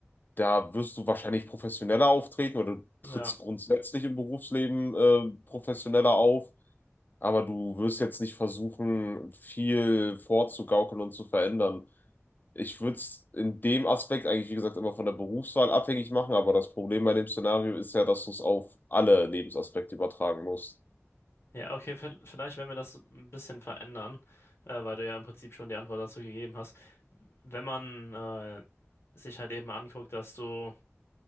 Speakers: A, on the left (about 40°); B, on the left (about 55°).
A: Da wirst du wahrscheinlich professioneller auftreten oder du
B: Ja,
A: trittst grundsätzlich im Berufsleben äh, professioneller auf, aber du wirst jetzt nicht versuchen, viel vorzugaukeln und zu verändern. Ich würde es in dem Aspekt eigentlich, wie gesagt, immer von der Berufswahl abhängig machen, aber das Problem bei dem Szenario ist ja, dass du es auf alle Lebensaspekte übertragen musst.
B: ja, okay, vi- vielleicht wenn wir das ein bisschen verändern, äh, weil du ja im Prinzip schon die Antwort dazu gegeben hast. Wenn man äh, sich halt eben anguckt, dass du